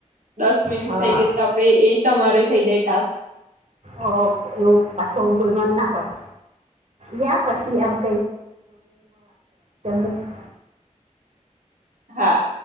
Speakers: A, on the right; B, on the right.
A: દસ મિનિટ
B: હા
A: થઈ ગઈ તો આપડે એ તમારે થઈ જાય ટાસ્ક.
B: અ એવું પાછુ આવુ બોલવાનું ના હોય. યા પછી આમ <unintelligible>
A: હા.